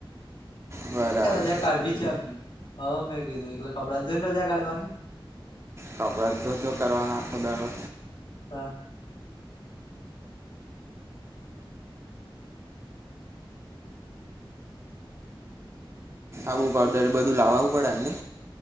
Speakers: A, on the right; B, on the left.
A: બરાબર
B: રજા કાઢવી છે એમની હ મેં કીધું એકલે કપડાં જ જોઈને રજા કાઢવાની
A: કપડા જ ધો ધો કરવાના આખો દાડો
B: <inaudible>
A: આવું પાવડર બધું લાવવું પડે ને